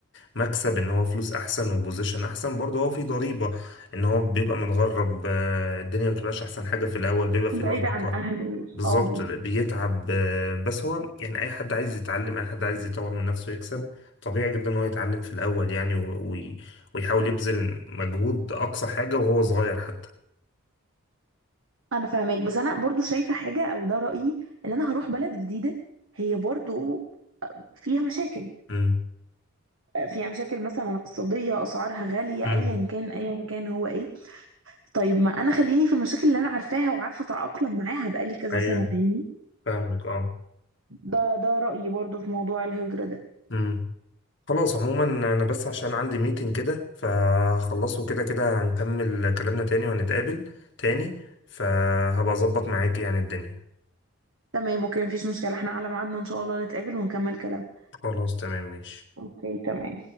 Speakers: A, on the left; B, on the right.
A: مكسب ان هو فلوس احسن وبوزيشن احسن برضه هو في ضريبه ان هو بيبقى متغرب آه، الدنيا ما بتبقاش احسن حاجه في الاول بيبقى في
B: بعيدة
A: لخبطه
B: عن أهلي وصحابي
A: بالظبط بيتعب آه، بس هو يعني اي حد عايز يتعلم اي حد عايز يطور من نفسه يكسب طبيعي جدا ان هو يتعلم في الاول يعني و- وي- ويحاول يبذل مجهود اقصى حاجه وهو صغير حتى
B: أنا فاهماك بس أنا برضو شايفة حاجة أو ده رأيي إن أنا هروح بلد جديدة هي برضو فيها مشاكل
A: امم
B: فيها مشاكل مثلا اقتصادية أسعارها غالية
A: امم
B: أيا كان أيا كان هو إيه طيب ما أنا خليني في المشاكل اللي أنا عارفاها وعارفة أتأقلم معاها بقالي كذا
A: ايوه
B: سنة فاهمني
A: فاهمك اه
B: ده ده رأيي برضو في موضوع الهجرة ده
A: امم خلاص عموما انا بس عشان عندي ميتنج كده فخلصه كده كده هنكمل كلامنا تاني وهنتقابل تاني فهبقى اظبط معاك يعني الدنيا
B: تمام اوكي مفيش مشكلة احنا على ميعادنا ان شاء الله نتقابل ونكمل كلامنا
A: خلاص تمام ماشي
B: اوكي تمام